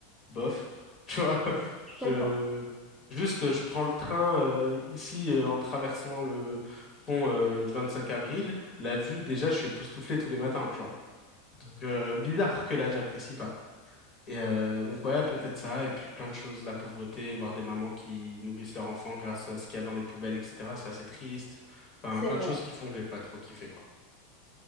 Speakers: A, on the left; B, in the centre.
A: bof, <laughs> tu vois.
B: je
A: Je...
B: comprends,
A: Juste, je prends le train euh, ici euh, en traversant le pont euh, du cinq avril. La vue, déjà, je suis époustouflé tous les matins, tu vois. Donc, euh, bizarre que là, j'apprécie pas. Et euh, donc, ouais, peut-être ça. Et puis, plein de choses, la pauvreté, voir des mamans qui nourrissent leurs enfants grâce à ce qu'il y a dans les poubelles, etc. C'est assez triste. Enfin,
B: c'est
A: plein
B: vrai.
A: de choses qui font que j'ai pas trop kiffé, quoi.